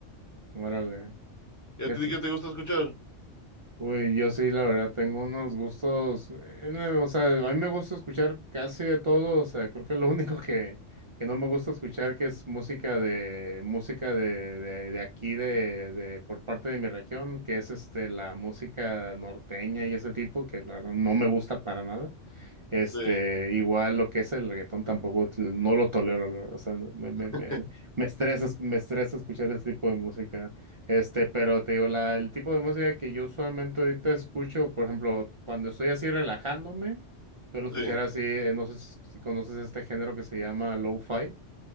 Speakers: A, on the right; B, on the left.
A: Órale.
B: ¿Y a
A: Fíjate
B: ti qué te gusta escuchar?
A: Uy, yo sí, la verdad, tengo unos gustos, eh, no, o sea, a mí me gusta escuchar casi de todo, o sea, creo que lo <laughs> único que, que no me gusta escuchar que es música de, música de, de, de aquí, de, de, por parte de mi región, que es este, la música norteña y ese tipo, que la verdad no me gusta para nada. Este,
B: Sí,
A: igual lo que es el reggaetón tampoco, t- no lo tolero, la verdad, o sea, no, me, me,
B: <laughs>
A: me, me estresa, esc- me estresa escuchar ese tipo de música. Este, pero te digo, la, el tipo de música que yo usualmente ahorita escucho, por ejemplo, cuando estoy así relajándome, suelo escuchar
B: sí.
A: así, eh, no sé si, si conoces este género que se llama lo-fi.